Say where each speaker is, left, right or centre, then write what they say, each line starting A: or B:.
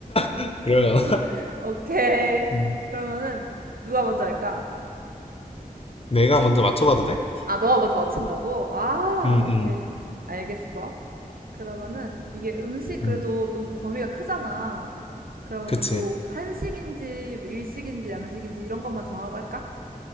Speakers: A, on the left; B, on the right.
A: <laughs> 그러려나?
B: <laughs> 오케이.
A: 음.
B: 그러면은, 누가 먼저 할까?
A: 내가 먼저 맞춰봐도 돼?
B: 아, 너가 먼저 맞춘다고? 아,
A: 응,
B: 오케이.
A: 응.
B: 알겠어. 그러면은, 이게 음식 그래도
A: 응.
B: 좀 범위가 크잖아. 그러면은
A: 그치.
B: 뭐, 한식인지, 뭐 일식인지, 양식인지 이런 것만 정하고 할까?